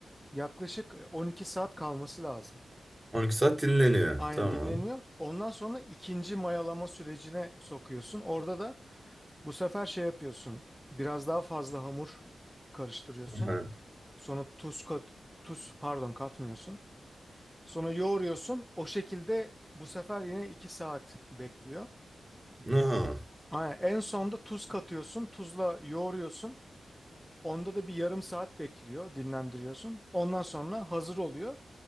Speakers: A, in the centre; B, on the right.
A: Yaklaşık e, 12 saat kalması lazım.
B: 12 saat dinleniyor.
A: Aynen
B: Tamam.
A: dinleniyor. Ondan sonra ikinci mayalama sürecine sokuyorsun. Orada da bu sefer şey yapıyorsun. Biraz daha fazla hamur karıştırıyorsun.
B: <laughs>
A: Sonra tuz kat, tuz pardon katmıyorsun. Sonra yoğuruyorsun. O şekilde bu sefer yine 2 saat bekliyor.
B: Aha,
A: Aynen. En sonda tuz katıyorsun. Tuzla yoğuruyorsun. Onda da bir yarım saat bekliyor, dinlendiriyorsun. Ondan sonra hazır oluyor.